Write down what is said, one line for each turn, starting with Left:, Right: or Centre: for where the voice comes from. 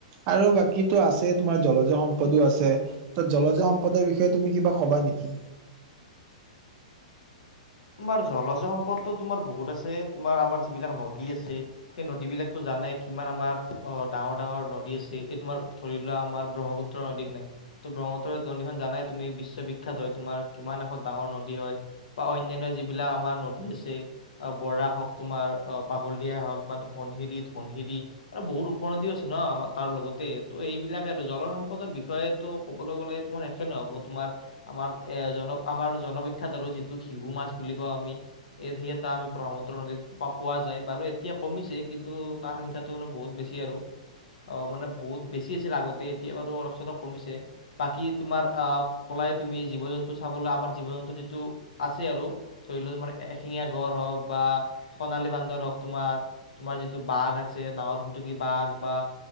Right: আৰু বাকীটো আছেই তোমাৰ জলজয় সম্পদো আছে। ত' জলজয় সম্পদৰ বিষয়ে তুমি কিবা কবা নিকি?
Left: তোমাৰ জলজ সম্পদো তোমাৰ বহুত আছে তোমাৰ আমাৰ যিবিলাক নদী আছে সেই নদীবিলাকটো জানাই কিমান আমাৰ অ ডাঙৰ ডাঙৰ নদী আছে এই তোমাৰ ধৰি লোৱা আমাৰ ব্ৰহ্মপুত্ৰ নদী খনে ত ব্ৰহ্মপুত্ৰ নদী খন জানাই তুমি বিশ্ববিখ্যাত হয় তোমাৰ কিমান এখন ডাঙৰ নদী হয় বা অন্য অনান্য যিবিলাক আমাৰ নদী আছে বৰাক হওঁক তোমাৰ পাগল দিয়া হওক বা ধনশিৰি ধনশিৰি আৰু বহুত উপনদীও আছে ন আমাৰ তাৰ লগতে তো এইবিলাকে আৰু জলসম্পদৰ বিষয়েটো ক'বলৈ গ'লে তোমাৰ শেষে নহ'ব তোমাৰ আমাৰ এ জন আমাৰ জনবিখ্যাত আৰু যিটো শিশু মাছ বুলি কওঁ আমি এই সেই এটা আমি ব্ৰহ্মুপুত্ৰ নদীত পোৱা যায় বাৰু এতিয়া কমিছে কিন্তু তাৰ সংখ্যাটো মানে বহুত বেছি আৰু অ মানে বহুত বেছি আছিল আগতে এতিয়া বাৰু অলপ চলপ কমিছে বাকী তোমাৰ আহ কলাই তুমি জীৱ জন্তু চাবলৈ আমাৰ জীৱ জন্তু যিটো আছে আৰু ধৰি লোৱা তোমাৰ এশিঙীয়া গড় হওক বা সোণালী বান্দৰ হওঁক তোমাৰ তোমাৰ যিটো বাঘ আছে নাহৰ ফুটুকি বাঘ বা